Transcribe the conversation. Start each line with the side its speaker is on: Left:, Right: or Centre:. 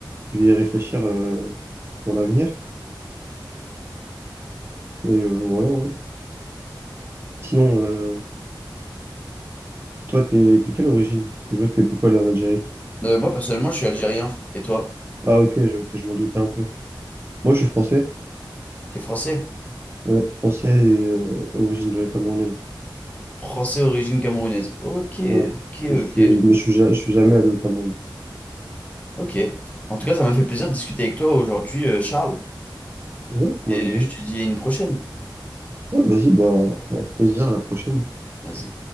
Right: Je vais y réfléchir euh, pour l'avenir. Et euh, voilà. hein. Sinon, euh, toi, t'es, t'es de quelle origine? Parce que je vois que t'es beaucoup allé en Algérie.
Left: Euh, moi, personnellement, je suis algérien. Et toi?
Right: Ah, ok, je- ok, je m'en doutais un peu. Moi, je suis français.
Left: T'es français?
Right: Ouais, français et euh, origine camerounaise.
Left: Français, origine camerounaise. Ok,
Right: Ouais,
Left: ok,
Right: je suis,
Left: ok,
Right: mais je suis, ja- je suis jamais allé au Cameroun.
Left: ok. En tout cas, ça m'a fait plaisir de discuter avec toi aujourd'hui, euh, Charles.
Right: Ouais, moi
Left: Et
Right: de même.
Left: je te dis à une prochaine.
Right: Ouais, vas-y, bah, avec plaisir, à la prochaine.
Left: Vas-y.